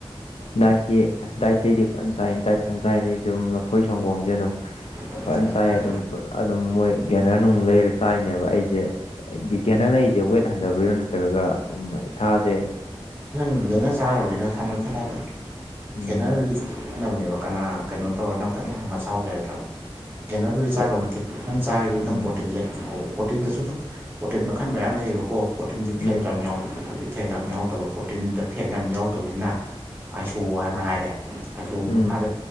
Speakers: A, on the left; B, on the right.
A: ꯗꯥꯏꯀꯤ ꯗꯥꯏꯇꯩꯗꯤ ꯐꯥꯏ ꯗꯥꯏꯠ ꯄ ꯆꯥꯏꯗꯤꯝ ꯂꯐꯣꯏ ꯁꯪꯒꯣꯝꯁꯦ ꯑꯗꯨꯝ
B: ꯑꯗꯨ
A: ꯐꯖꯅ
B: ꯆꯥꯔ
A: ꯆꯥꯏ
B: ꯐꯔꯦ
A: ꯑꯗꯨꯝ ꯑꯗꯨꯝ ꯃꯣꯏ ꯒ꯭ꯌꯥꯅꯔ ꯅꯨꯡ ꯂꯩꯔ ꯆꯥꯏꯅꯦꯕ ꯑꯩꯁꯦ ꯕꯤꯒ꯭ꯌꯥꯅ ꯂꯩꯔꯤꯁꯦ ꯋꯦꯠ ꯍꯟꯊꯕꯩꯔꯣ ꯅꯠꯇ꯭ꯔꯒ ꯎꯝ, ꯏꯁꯥꯁꯦ
B: ꯪꯅ ꯆꯥꯔꯨꯔꯅꯤꯅ ꯁꯥꯟꯅꯅꯕ ꯈꯜꯂꯅꯤ
A: ꯎꯝ
B: ꯈꯦꯠꯅꯔꯨꯔꯗꯤ ꯍꯣꯠꯅꯕꯅꯦꯕ ꯀꯅꯥ ꯀꯩꯅꯣ ꯇꯧꯔ ꯅꯪ ꯐꯖꯅ ꯍꯪꯒ ꯆꯥꯎꯥꯎꯒꯦ ꯍꯥꯏꯗ꯭ꯔꯅ ꯀꯦꯅꯔꯗꯨꯗꯤ ꯆꯥꯗꯕ
A: ꯑꯩ
B: ꯅꯦ ꯄꯪ ꯆꯥꯈꯤꯕ ꯑꯗꯨꯗꯝ
A: ꯎꯝ
B: ꯐꯣꯔꯇꯤꯟ ꯂꯦꯛ ꯐꯥꯎꯋ ꯄ꯭ꯔꯣꯇꯤꯟꯗꯁꯨ ꯄ꯭ꯔꯣꯇꯤꯟ ꯃꯈꯜ ꯃꯌꯥꯝ ꯂꯩꯌꯦꯕꯀꯣ ꯄ꯭ꯔꯣꯇꯤꯟꯁꯦ
A: ꯎꯝ
B: ꯐꯦꯠ ꯌꯥꯝ ꯌꯥꯎꯋ ꯑꯗꯨꯗꯤ ꯐꯦꯠ ꯌꯥꯝ ꯌꯥꯎꯗꯕ ꯄ꯭ꯔꯣꯇꯤꯟꯗ ꯐꯦꯠ ꯌꯥꯝ ꯌꯥꯎꯗꯕꯅꯤꯅ ꯑꯥꯏꯁꯣ ꯍꯥꯏꯅ ꯍꯥꯏꯔꯦ ꯑꯁꯣꯒꯤ
A: ꯎꯝ
B: ꯃꯈꯥꯗ